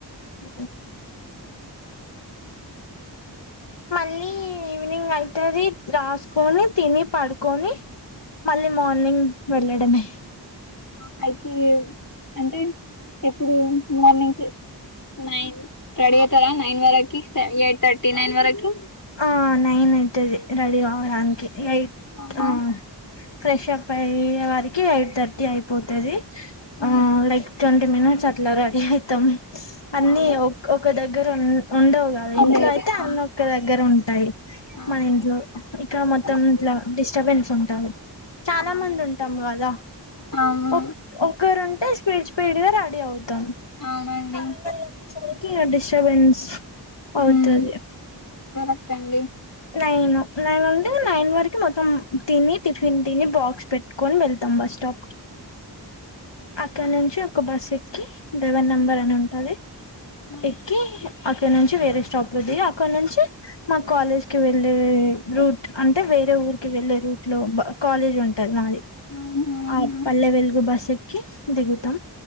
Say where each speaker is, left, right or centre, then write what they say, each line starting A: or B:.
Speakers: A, on the left; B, on the left.
A: ఉబు మళ్ళీ ఈవినింగ్ అయితది రాసుకొని తిని పడుకొని మళ్ళీ మార్నింగ్ వెళ్ళడమే
B: పైకి అంటే ఎప్పుడు మార్నింగ్సే నైన్ రెడి అయితారా నైన్ వరకి స ఎయిట్ థర్టీ నైన్ వరకి
A: ఆ నైన్ అయితది రెడీ కావడానికి ఎయిట్
B: అవునా?
A: ఆ ఫ్రెష్ అప్ అయ్యే వారికి ఎయిట్ థర్టీ అయిపోతది
B: ఉమ్
A: ఆ లైక్ టల్ టెన్ మినిట్స్ అట్లా రెడీ అయితాం అన్ని
B: అవును
A: ఓక్ ఒక్క దగ్గర ఉన్ ఉండవు గదా
B: అదే
A: ఇంట్లో
B: అదే
A: అయితే
B: ఆ
A: అన్నొక్క దగ్గర ఉంటాయి.
B: అవును
A: మన ఇంట్లో ఇక్కడ మొత్తం
B: కరెక్టే
A: ఇంట్లా డిస్టర్బెన్స్ ఉంటాంది. చాలా
B: అవునండి
A: మంది ఉంటాం గదా
B: అవును
A: ఓక్ ఒకరం అంటే స్పీడ్ స్పీడ్ గా రాడీ అవుతాం
B: అవునండి
A: చాలామంది సరికి డిస్టర్బెన్స్ అవుతది.
B: ఉమ్, కరెక్ట్ అండి.
A: నైన్ నైన్ అంటే నైన్ వరకు మొత్తం తిని టిఫిన్ తిని బాక్స్ పెట్టుకోని వెళ్తాం బస్ స్టాప్ కి అక్కడ నుంచి ఒక బస్ ఎక్కి డెవెన్ నెంబర్
B: ఉమ్,
A: అని ఉంటది.
B: ఉమ్,
A: ఎక్కి అక్కడి నుంచి వేరే స్టాప్ లో దిగి అక్కడి నుంచి మా కాలేజ్కి వెళ్ళే రూట్ అంటే వేరే ఊరికి వెళ్ళే రూట్ లో బ కాలేజ్ ఉంటది మాది
B: ఉమ్, ఉమ్.
A: ఆ పల్లె వెలుగు బస్ ఎక్కి దిగుతం.